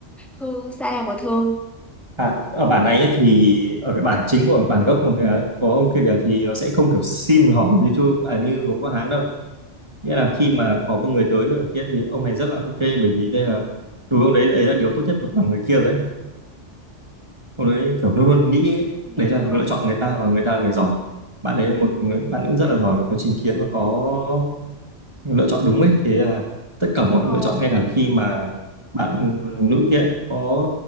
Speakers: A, in the centre; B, on the right.
A: thương sao mà thương
B: À, ở bản này nhá, thì ở cái bản chính của bản gốc mà cái, có ông kia kìa thì nó sẽ không kiểu sim hỏ như chú à, như gốm có Hán đâu nghĩa là khi mà có một người tới với cả kia thì ông này rất là ok bởi vì đây là đối với ông đấy đấy là điều tốt nhất của người kia rồi đấy ông đấy kiểu luôn luôn nghĩ
A: nghĩ
B: đấy là
A: hả
B: lựa chọn người ta và người ta là người giỏi bạn đấy là một người bạn nữ rất là giỏi có trình kiến và có lựa chọn đúng ấy thế là tất cả mọi lựa
A: ừ
B: chọn ngay cả khi mà bạn nữ kia có